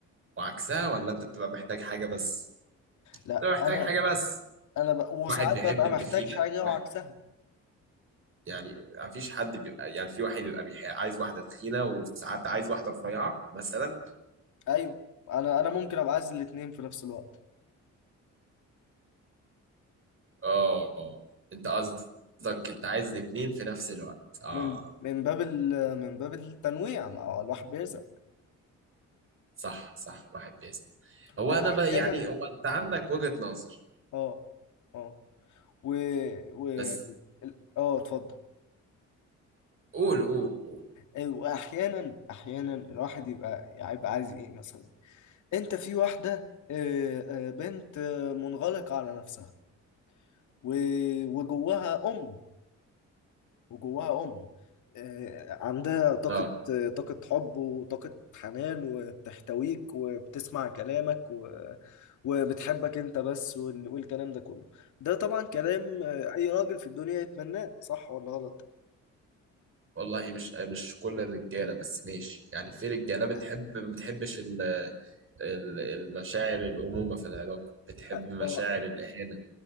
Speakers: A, on the right; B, on the left.
A: وعكسها ولا انت بتبقى محتاج حاجة بس؟
B: لا
A: بتبقى محتاج
B: انا
A: حاجة بس
B: انا بق... وساعات
A: واحد بيحب
B: ببقى
A: التخينة
B: محتاج حاجه
A: واحد-
B: وعكسها
A: يعني مفيش حد بيبقى يعني في واحد بيبقى بيح- عايز واحدة تخينة وساعات عايز واحدة رفيعة مثلا
B: ايوه انا انا ممكن ابقى عايز الاتنين في نفس الوقت
A: اه انت قصدك انت عايز الاتنين في نفس الوقت اه
B: من من باب ال- من باب التنويع ما هو الواحد بيرزق
A: صح صح الواحد بيسأل هو
B: واحيانا
A: انا بقى يعني هو انت عندك وجهة نظر
B: اه اه و و
A: بس
B: ال- اه اتفضل
A: قول قول قول
B: أي، واحيانا احيانا الواحد يبقى يبقى عايز ايه مثلا انت في واحده آه، آه، بنت آه، منغلقه على نفسها و- وجواها ام وجواها أم آه، عندها طاقة
A: اه
B: آه، طاقة حب وطاقة حنان وبتحتويك وبتسمع كلامك و... وبتحبك أنت بس وال... والكلام ده كله ده طبعا كلام آه، أي راجل في الدنيا يتمناه صح ولا غلط؟
A: والله مش مش كل الرجاله بس ماشي يعني في
B: يعني
A: رجاله بتحب ما بتحبش ال- ال- المشاعر الامومه في العلاقه بتحب
B: أ-
A: مشاعر
B: أه
A: الاهانه